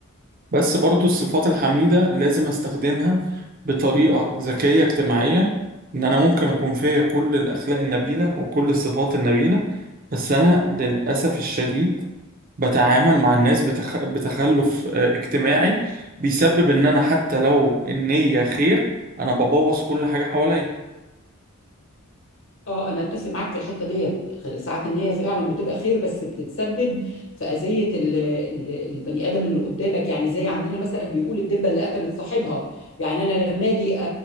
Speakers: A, on the right; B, on the left.
A: بس برضو الصفات الحميدة لازم استخدمها بطريقة ذكية اجتماعيا ان انا ممكن اكون فيا كل الاخلاق النبيلة وكل الصفات النبيلة بس انا للاسف الشديد بتعامل مع الناس بتخ... بتخلف آه، اجتماعي بيسبب ان انا حتى لو النية خير انا ببوظ كل حاجة حواليا
B: اه انا اتفق معاك في الحته ديت ساعات النيه فعلا بتبقى خير بس بتتسبب في اذيه ال- ال- البني ادم اللي قدامك يعني زي عندنا مثلا بيقول الدبه اللي قتلت صاحبها يعني انا لما اجي أ- أ-